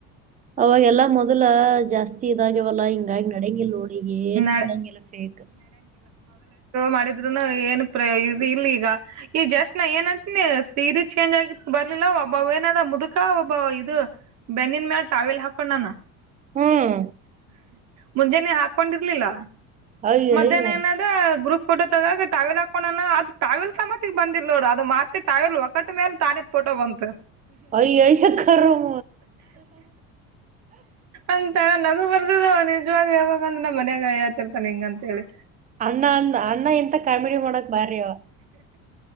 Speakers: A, on the right (about 20°); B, on the right (about 50°).
A: ಅವಾಗೆಲ್ಲಾ ಮೊದಲ ಜಾಸ್ತಿ ಇದಾಗ್ಯವಲ್ಲಾ ಹಿಂಗಾಗಿ ನಡಂಗ ಇಲ್ ನೋ ಏನುಂಗಲ್ಲ
B: ನಡೆ
A: ಫೇಕ್
B: ಮಾಡಿದ್ರುನ ಏನ್ ಪ್ರ ಇ ಇಲ್ಲಿ ಈಗ ಈಗ ಜಸ್ಟ್ ನಾ ಏನ್ಂತನಿ ಸೀರೆ ಚೇಂಜ್ ಆಗ ಬರ್ಲಿಲ್ಲ ಒಬ್ಬ ಏನದ ಮುದುಕ ಒಬ್ಬ ಇದು ಬೆನ್ನನ್ ಮೇಲ್ ಟಾವಿಲ್ ಹಾಕೊಂಡ್ನ
A: ಹ್ಮ್
B: ಮುಂಜಾನೆ ಹಾಕೊಂಡಿರ್ಲಿಲ್ಲ
A: ಅಯ್ಯಯ್ಯ
B: ಮಧ್ಯಾಹ್ನ ಏನದ ಗ್ರೂಪ್ ಫೋಟೋ ತಗಾಗ ಟಾವೆಲ್ ಹಾಕೋಣ ಅದುಟಾವಲ್ ಸಮತಿಗೆ ಬಂದಿಲ್ಲ ನೋಡ ಅದು ಮತ್ತೆ ಟಾವೆಲ್ ಒಗಟ್ಟ ಮೇಲೆ ತಾನೇ ಫೋಟೋ ವಂತೆ
A: ಅಯ್ಯಯ್ಯೋ ಕರ್ಮ
B: ಅಂತರ ನಗು ಬರ್ದ ನಿಜವ ಹೇಳ್ಬೇಕಂದ್ರ ನ ಮನ್ಯಾಗ ಹೇಳ್ತಿರ್ತಾನೆ ಹಿಂಗ ಅಂತ ಹೇಳಿ
A: ಅಣ್ಣ ಅಂದ ಅಣ್ಣ ಎಂತ ಕಾಮಿಡಿ ಮಾಡಕ್ ಬಾರವ